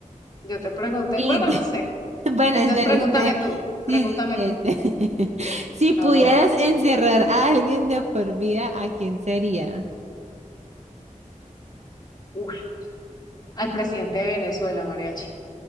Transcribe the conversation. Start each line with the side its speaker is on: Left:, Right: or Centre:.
Left: Yo te pregunté,
Right: Y
Left: bueno,
Right: <laughs>
Left: no sé.
Right: bueno,
Left: Entonces
Right: espera,
Left: pregúntame
Right: espera.
Left: tú, pregúntame
Right: Sí, sí, sí,
Left: tú.
Right: espera. <laughs> Si pudieras
Left: A ver,
Right: encerrar a alguien de por vida, ¿a quién sería?
Left: Uf, al presidente de Venezuela, Mariachi.